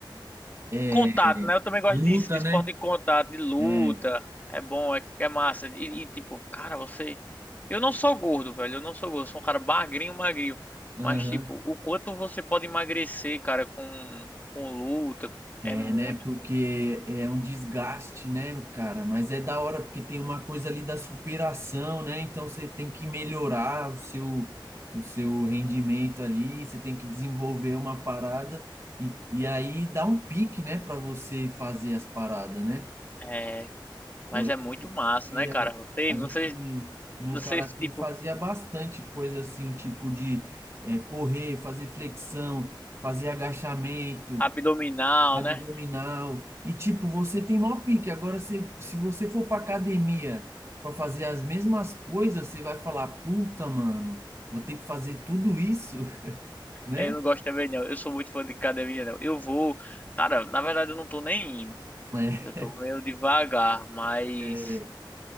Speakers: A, on the right (about 35°); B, on the left (about 20°).
A: é
B: contato, né? Eu também gosto
A: luta,
B: disso, de esporte
A: né?
B: de contato, de luta.
A: É,
B: É bom, é, é massa. E, e, tipo, cara, você. Eu não sou gordo, velho. Eu não sou gordo. Eu sou um cara magrinho, magrinho.
A: aham.
B: Mas, tipo, o quanto você pode emagrecer, cara, com, com luta,
A: É,
B: é muito.
A: né? Porque é um desgaste, né, cara? Mas é da hora, porque tem uma coisa ali da superação, né? Então você tem que melhorar o seu, o seu rendimento ali, você tem que desenvolver uma parada e, e aí dá um pique, né, para você fazer as paradas, né?
B: É. Mas
A: Eu lembro
B: é muito
A: que,
B: massa,
A: que
B: né, cara?
A: a,
B: Você,
A: a
B: você,
A: gente no
B: você,
A: karatê
B: tipo,
A: fazia bastante coisa assim, tipo de é, correr, fazer flexão, fazer agachamento
B: abdominal,
A: Abdominal.
B: né?
A: E tipo, você tem maior pique. Agora, se, se você for pra academia pra fazer as mesmas coisas, você vai falar, puta, mano, vou ter que fazer tudo isso, <laughs> né?
B: Eu não gosto também, não. Eu sou muito fã de academia, não. Eu vou. Cara, na verdade, eu não tô nem indo.
A: É,
B: Eu tô meio devagar, mas.
A: é.